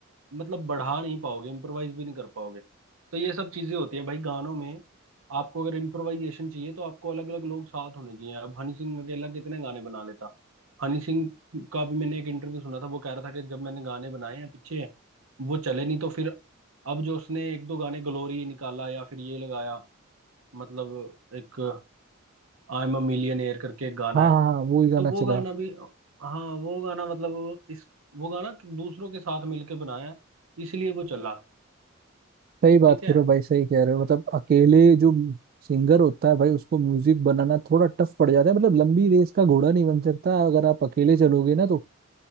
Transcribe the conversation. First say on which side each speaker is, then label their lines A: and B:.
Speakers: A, on the right; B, on the right.
A: मतलब बढ़ा नहीं पाओगे इम्प्रोवाइज भी नहीं कर पाओगे तो ये सब चीजें होती है भाई गानों में आपको अगर इम्प्रोवाइजेशन चाहिए तो आपको अलग अलग लोग साथ होने चाहिए अब हनी सिंह अकेला कितने गाने बना लेता हनी सिंह का भी मैंने एक इंटरव्यू सुना था वो कह रहा था कि जब मैंने गाने बनाए हैं पीछे वो चले नहीं तो फिर अब जो उसने एक दो गाने ग्लोरी निकाला या फिर ये लगाया मतलब एक आई एम अ मिलियनेयर करके एक गाना
B: हाँ
A: है
B: हाँ हाँ वो ही गाना
A: तो वो
B: चला
A: गाना
B: है
A: भी हाँ वो गाना मतलब वो इस वो गाना दूसरों के साथ मिलके बनाया है, इसलिए वो चला
B: सही बात
A: ठीक
B: कह
A: है
B: रहे हो भाई सही कह रहे हो मतलब अकेले जो सिंगर होता है भाई उसको म्यूजिक बनाना थोड़ा टफ पड़ जाता है मतलब लंबी रेस का घोड़ा नहीं बन सकता अगर आप अकेले चलोगे ना तो